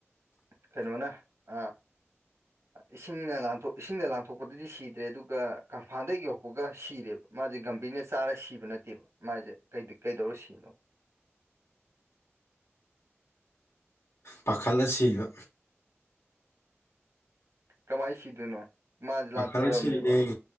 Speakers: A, on the right; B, on the left.
A: ꯀꯩꯅꯣꯅ ꯑ ꯏꯁꯤꯡꯅ ꯂꯥꯟ ꯏꯁꯤꯡꯅ ꯂꯥꯟꯊꯣꯛꯄꯗꯗꯤ ꯁꯤꯗ꯭ꯔꯦ ꯑꯗꯨꯒ ꯀꯪꯐꯥꯟꯗ ꯌꯧꯍꯛꯄꯒ ꯁꯤꯔꯦꯕ ꯃꯥꯁꯦ ꯒꯝꯚꯤꯔꯅ ꯆꯥꯔ ꯁꯤꯕ ꯅꯠꯇꯦꯕ ꯃꯥꯁꯦ ꯀꯩꯗꯧꯔ ꯁꯤꯅꯣ
B: ꯄꯥꯈꯠ ꯑꯁꯤꯕ
A: ꯀꯃꯥꯏ ꯁꯤꯗꯣꯏꯅꯣ ꯃꯥꯁꯦ
B: ꯄꯥꯈꯠꯂ
A: ꯂꯥꯟꯊꯣꯔꯝꯅꯦꯕ
B: ꯁꯤꯔꯤꯅꯦ